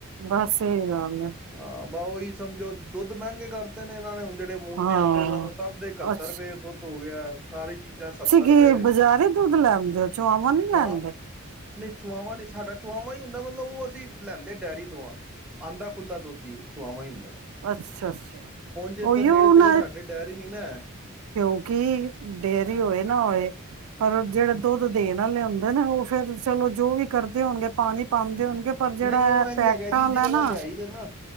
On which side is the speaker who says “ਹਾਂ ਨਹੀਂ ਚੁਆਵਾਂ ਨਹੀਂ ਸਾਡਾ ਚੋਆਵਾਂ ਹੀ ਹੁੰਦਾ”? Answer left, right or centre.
Centre